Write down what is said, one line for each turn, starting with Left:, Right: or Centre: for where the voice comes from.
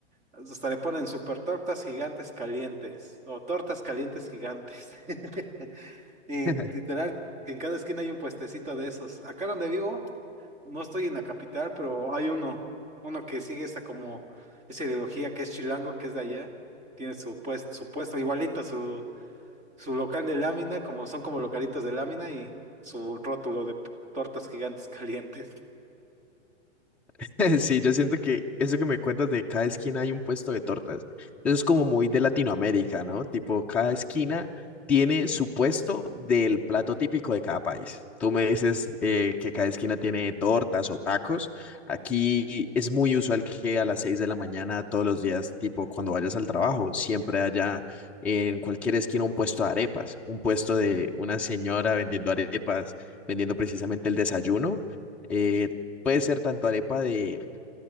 Right: hasta le ponen super tortas gigantes calientes o tortas calientes gigantes. <laughs> Y
Centre: <laughs>
Right: literal, que en cada esquina hay un puestecito de esos. Acá donde vivo. No estoy en la capital, pero hay uno, uno que sigue esa como, esa ideología que es chilango, que es de allá. Tiene su puesto, su puesto igualito, su, su local de lámina, como son como localitos de lámina y su rótulo de p- tortas gigantes <laughs> calientes.
Centre: <laughs> Sí, yo siento que eso que me cuentas de cada esquina hay un puesto de tortas, eso es como muy de Latinoamérica, ¿no? Tipo, cada esquina tiene su puesto del plato típico de cada país. Tú me dices eh, que cada esquina tiene tortas o tacos. Aquí es muy usual que a las seis de la mañana todos los días, tipo cuando vayas al trabajo, siempre haya en cualquier esquina un puesto de arepas, un puesto de una señora vendiendo arepas, vendiendo precisamente el desayuno. Eh, Puede ser tanto arepa de